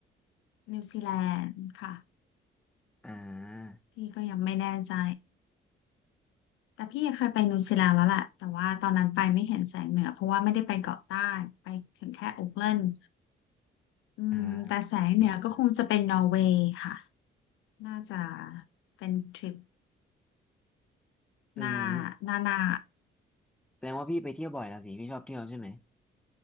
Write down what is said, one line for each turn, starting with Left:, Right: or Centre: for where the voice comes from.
Left: นิวซีแลนด์ค่ะ
Centre: อ่า
Left: ที่ก็ยังไม่แน่ใจ แต่พี่เคยไปนิวซีแลนด์แล้วแหละแต่ว่าตอนนั้นไปไม่เห็นแสงเหนือเพราะว่าไม่ได้ไปเกาะใต้ไปถึงแค่โอ๊กแลนด์อืมแต่แสงเหนือก็คงจะเป็นนอร์เวย์ค่ะ
Centre: อ่า
Left: น่าจะเป็นทริป
Centre: อืม
Left: หน้าหน้าหน้า
Centre: แสดงว่าพี่ไปเที่ยวบ่อยละสิพี่ชอบเที่ยวใช่ไหม